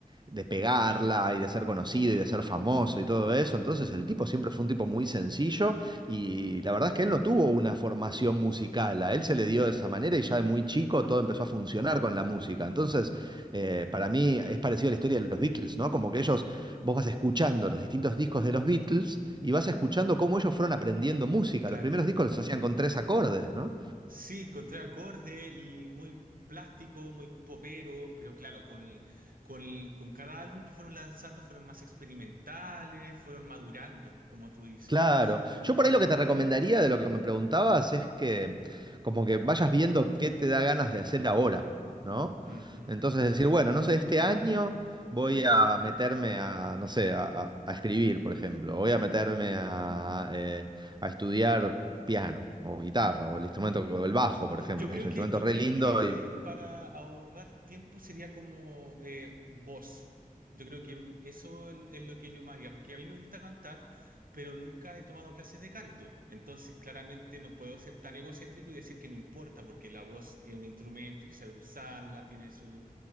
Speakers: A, on the right (about 30°); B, on the right (about 70°).
A: de pegarla y de ser conocido y de ser famoso y todo eso. Entonces
B: Mm,
A: el tipo siempre fue un tipo muy sencillo y la verdad es que él no tuvo una formación musical, a él se le dio de esa manera y ya de muy chico todo empezó a funcionar con la música. Entonces, eh, para mí es parecido a la historia de los Beatles, ¿no? Como que ellos, vos vas escuchando los distintos discos de los Beatles y vas escuchando cómo ellos fueron aprendiendo música.
B: claro.
A: Los primeros discos los hacían con tres acordes, ¿no?
B: Sí, encontré acorde y muy plástico, muy popero, pero claro, con, con, con cada álbum que fueron lanzando fueron más experimentales, fueron madurando, como tú dices.
A: Claro.
B: Y,
A: Yo por ahí lo que te recomendaría de lo que me preguntabas es que como que vayas viendo qué te da ganas de hacer ahora, ¿no?
B: ujú,
A: Entonces decir, bueno, no sé, este año voy a meterme a, no sé, a, a- a escribir, por ejemplo. Voy a meterme a, eh, a estudiar piano o guitarra o el instrumento, o el bajo, por ejemplo,
B: Yo creo
A: que es un
B: que,
A: instrumento
B: yo
A: re
B: creo
A: lindo
B: que para ahorrar tiempo sería como eh, voz. Yo creo que mm, eso es es lo que yo me haría, porque a mí me gusta cantar, pero nunca he tomado clases de canto. Entonces, claramente no puedo ser tan egocéntrico y decir que no importa, porque la voz es un instrumento, hay que saber usarla, tiene su...